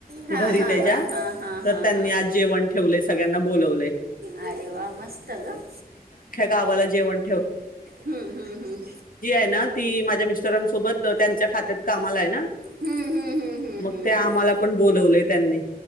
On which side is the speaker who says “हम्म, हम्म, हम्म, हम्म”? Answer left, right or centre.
Right